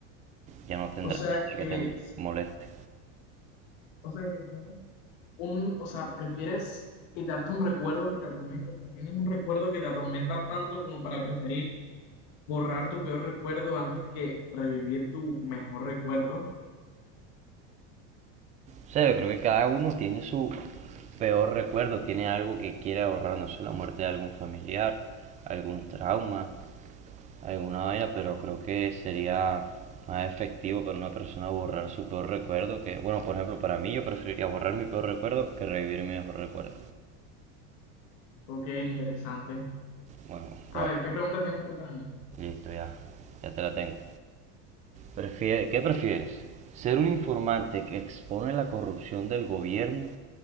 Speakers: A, on the right; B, on the left.
A: ya no tendrás
B: O sea,
A: nada
B: que
A: que te moleste.
B: O sea, que tienes un, o sea, prefieres quitarte un recuerdo que te atormenta. O sea, tienes un recuerdo que te atormenta tanto como para preferir borrar tu peor recuerdo antes que revivir tu mejor recuerdo.
A: O sea, yo creo que cada uno tiene su peor recuerdo, tiene algo que quiere ahorrar, no sé, la muerte de algún familiar, algún trauma, alguna vaina, pero creo que sería más efectivo para una persona borrar su peor recuerdo que, bueno, por ejemplo, para mí yo preferiría borrar mi peor recuerdo que revivir mi mejor recuerdo.
B: Ok, interesante.
A: Bueno,
B: A
A: todo.
B: ver, ¿qué pregunta tienes tú para mí?
A: listo, ya, ya te la tengo. Prefie- ¿Qué prefieres? ¿Ser un informante que expone la corrupción del gobierno